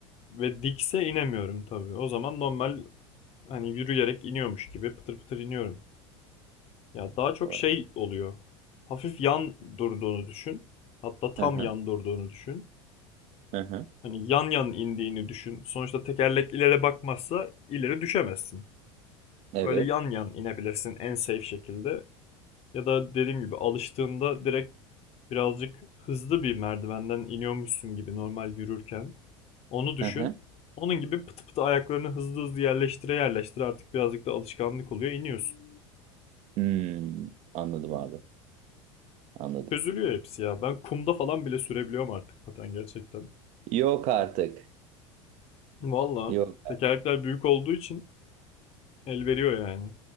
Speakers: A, on the left; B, on the right.
A: ve dikse inemiyorum tabii. O zaman normal hani yürüyerek iniyormuş gibi pıtır pıtır iniyorum. Ya daha çok
B: Doğru.
A: şey oluyor. Hafif yan durduğunu düşün. Hatta tam
B: Hı hı.
A: yan durduğunu düşün.
B: Hı hı.
A: Hani yan yan indiğini düşün. Sonuçta tekerlek ileri bakmazsa ileri düşemezsin.
B: Evet.
A: Öyle yan yan inebilirsin en safe şekilde. Ya da dediğim gibi alıştığında direkt birazcık hızlı bir merdivenden iniyormuşsun gibi normal yürürken. Onu düşün.
B: Hı hı.
A: Onun gibi pıtı pıtı ayaklarını hızlı hızlı yerleştire yerleştire artık birazcık da alışkanlık oluyor iniyorsun.
B: Hmm, anladım abi. Anladım.
A: Çözülüyor hepsi ya. Ben kumda falan bile sürebiliyorum artık paten gerçekten.
B: Yok artık.
A: Valla
B: Yok.
A: tekerlekler büyük olduğu için El veriyor yani.